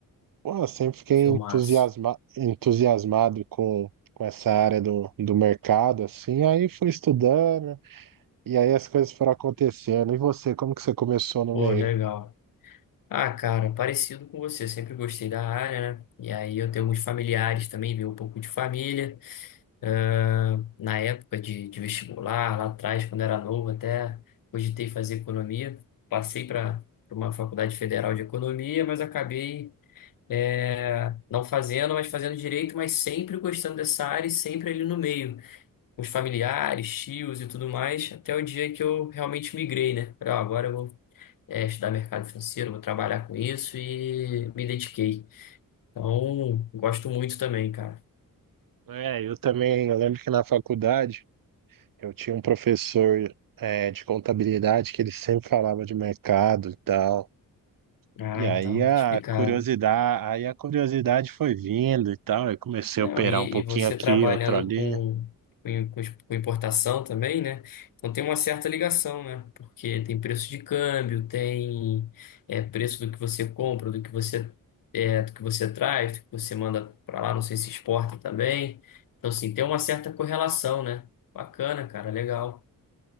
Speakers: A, on the right; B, on the left.
A: pô, eu sempre fiquei
B: Que filmaço.
A: entusiasma, entusiasmado com, com essa área do, do mercado, assim, aí fui estudando e aí as coisas foram acontecendo. E você, como que você começou no
B: Pô,
A: meio?
B: legal. Ah, cara, parecido com você, sempre gostei da área, né? E aí eu tenho alguns familiares também, vi um pouco de família. Ah, na época de, de vestibular, lá atrás, quando era novo, até cogitei fazer economia. Passei para uma faculdade federal de economia, mas acabei é, não fazendo, mas fazendo direito, mas sempre gostando dessa área e sempre ali no meio, com os familiares, tios e tudo mais, até o dia que eu realmente migrei, né? Falei, ó, agora eu vou é, estudar mercado financeiro, vou trabalhar com isso e me dediquei. Então, gosto muito também, cara.
A: É, eu também, eu lembro que na faculdade eu tinha um professor, é, de contabilidade que ele sempre falava de mercado e tal.
B: Ah,
A: E aí
B: então,
A: a
B: tá explicado.
A: curiosidade, aí a curiosidade foi vindo e tal. Eu comecei
B: Não,
A: a operar
B: e,
A: um pouquinho
B: e você
A: aqui,
B: trabalhando
A: outro ali.
B: com, com, com exp- com importação também, né? Então tem uma certa ligação, né? Porque tem preço de câmbio, tem é, preço do que você compra, do que você, é, do que você traz, do que você manda para lá, não sei se exporta também. Então, assim, tem uma certa correlação, né? Bacana, cara, legal.